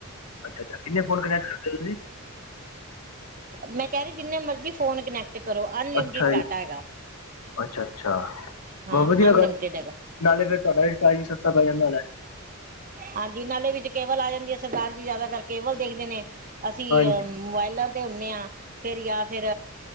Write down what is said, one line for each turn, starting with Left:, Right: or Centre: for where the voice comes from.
Left: ਅੱਛਾ- ਅੱਛਾ ਕਿੰਨੇ ਫੋਨ ਕਨੈਕਟ ਕਰਦੇ ਹੋ ਤੁਸੀਂ
Right: ਮੈਂ ਕਹਿ ਰਹੀ ਜਿੰਨੇ ਮਰਜ਼ੀ ਫੋਨ ਕਨੈਕਟ ਕਰੋ ਅਨਲਿਮਟਿਡ
Left: ਅੱਛਾ
Right: ਡਾਟਾ
Left: ਜੀ
Right: ਹੈਗਾ
Left: ਅੱਛਾ- ਅੱਛਾ
Right: ਹਾਂ
Left: ਬਹੁਤ ਵਧੀਆ
Right: ਅਨਲਿਮਟਿਡ
Left: ਗੱਲ
Right: ਹੈਗਾ
Left: ਨਾਲੇ ਫਿਰ ਤੁਹਾਡਾ ਸਟਾਈਲ ਸਸਤਾ ਪੈ ਜਾਂਦਾ ਹੋਣਾ
Right: ਹਾਂਜੀ ਨਾਲੇ ਵਿੱਚ ਕੇਵਲ ਆ ਜਾਂਦੀ, ਸਰਦਾਰ ਜੀ ਜ਼ਿਆਦਾਤਰ ਕੇਵਲ ਦੇਖਦੇ ਨੇ, ਅਸੀਂ
Left: ਹਾਂਜੀ
Right: ਅ ਮੋਬਾਇਲਾਂ ਤੇ ਹੁੰਦੇ ਆਂ ਫਿਰ ਯਾ ਫਿਰ